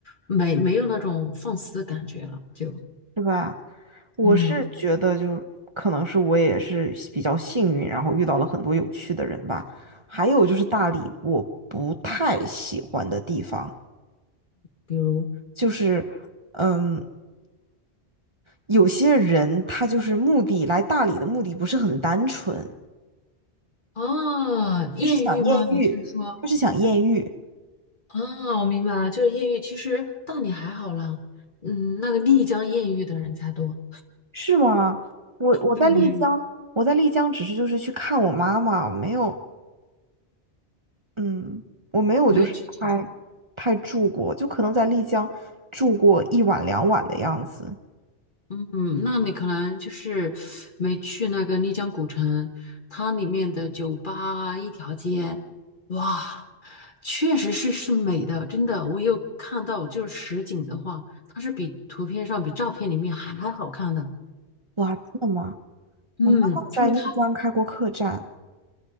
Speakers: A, on the left; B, on the right.
A: 没没有那种放肆的感觉了，就
B: 是吧？我是觉得就可能是我也是比较幸运，
A: 嗯，
B: 然后遇到了很多有趣的人吧。还有就是大理，我不太喜欢的地方
A: 比如，
B: 就是，嗯，有些人他就是目的来大理的目的不是很单纯，
A: 啊，艳遇吗？
B: 他是想艳遇，
A: 你是说
B: 他是想艳遇，
A: 啊？我明白了，就是艳遇。其实大理还好啦，嗯，那个丽江艳遇的人才多，
B: 是吗？我我在丽江，
A: 对不对，
B: 我在丽江只是就是去看我妈妈，没有嗯，我没有，
A: 没有去酒宫。
B: 就是太太住过，就可能在丽江住过一晚两晚的样子。
A: 嗯，那你可能就是没去那个丽江古城，它里面的酒吧一条街，哇。确实是是美的，真的，我有看到，就是实景的话，它是比图片上、比照片里面还还好看的。
B: 哇，真的吗？
A: 嗯，
B: 我妈妈在丽江开过客栈，
A: 就是它